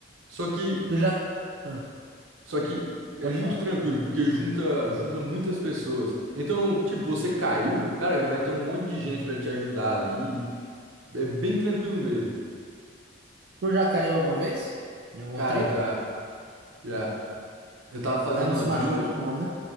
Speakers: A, on the right; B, on the right.
A: Só que,
B: Tu já. Ah,
A: só que é
B: pode
A: muito
B: falar.
A: tranquilo, porque junta, junta muitas pessoas. Então, tipo, você caiu, cara, já vai ter um monte de gente pra te ajudar ali. É bem tranquilo mesmo.
B: Tu já caiu alguma vez? Em alguma
A: Cara,
B: trilha?
A: já, já. Eu tava fazendo
B: Mas não se
A: uma trilha.
B: machucou muito não, né?